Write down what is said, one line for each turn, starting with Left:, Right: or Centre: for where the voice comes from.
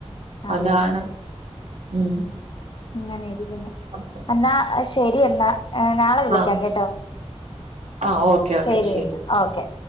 Left: അതെ
Right: അതാണ് ഉം
Left: എങ്ങനെ ഇരിക്കുന്നു
Right: അ
Left: എന്നാ ശരി എന്നാ ഏ നാളെ വിളിക്കാം
Right: ആ
Left: കേട്ടോ
Right: ആ ഓക്കെ ഓക്കെ
Left: ശരിയെന്ന
Right: ശരി
Left: ഓക്കെ